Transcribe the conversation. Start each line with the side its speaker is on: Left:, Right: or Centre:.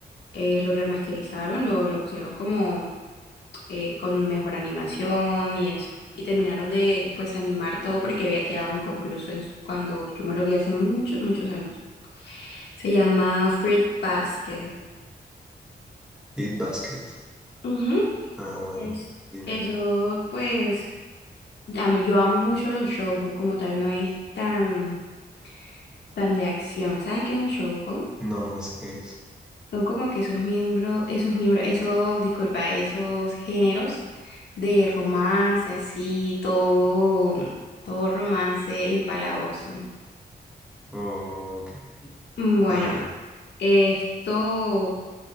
Left: eh, lo remasterizaron, lo, lo pusieron como eh, con mejor animación y eso. Y terminaron de pues animar todo porque había quedado inconcluso en su- cuando yo me lo vi hace muchos, muchos años. Se llama Fruit Basket.
Centre: Beat Basket.
Left: Ujú,
Centre: Ah, bueno,
Left: es-
Centre: dime.
Left: Eso pues a mí- yo amo mucho los shoujo, como tal no es tan, tan de acción. ¿Sabes qué es un shoujo?
Centre: No, no sé qué es.
Left: Son como que esos miembros, esos miembros, esos, disculpa, esos géneros de romance, así, todo, todo romance empalagoso.
Centre: Ok.
Left: Mm, Bueno,
Centre: Ah,
Left: esto,